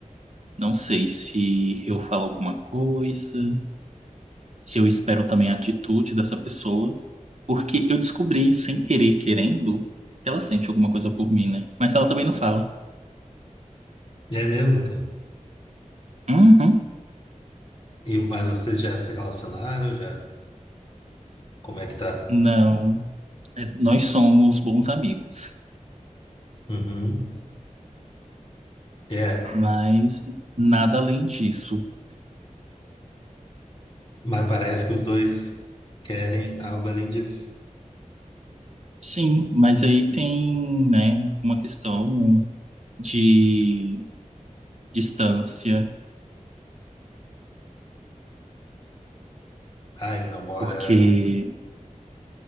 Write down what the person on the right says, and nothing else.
não sei se eu falo alguma coisa. se eu espero também a atitude dessa pessoa, porque eu descobri, sem querer, querendo, que ela sente alguma coisa por mim, né? Mas ela também não fala.
Uhum,
não, É, nós somos bons amigos,
mas nada além disso.
Sim, mas aí tem, né, uma questão de distância,
porque